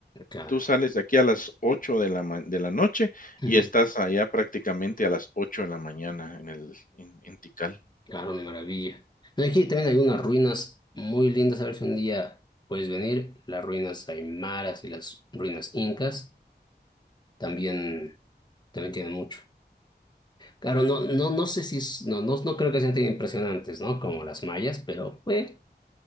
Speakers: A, on the left; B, on the left.
A: Claro,
B: Tú sales de aquí a las 8 de la ma de la noche
A: Ujú.
B: y estás allá prácticamente a las 8 de la mañana en el en en Tikal.
A: claro, una maravilla. No, Aquí también hay unas ruinas muy lindas. A ver si un día puedes venir. Las ruinas aymaras y las ruinas incas también, también tienen mucho. Claro, no, no, no sé si. es- No, no, no creo que sean tan impresionantes, ¿no? Como las mayas, pero. bueno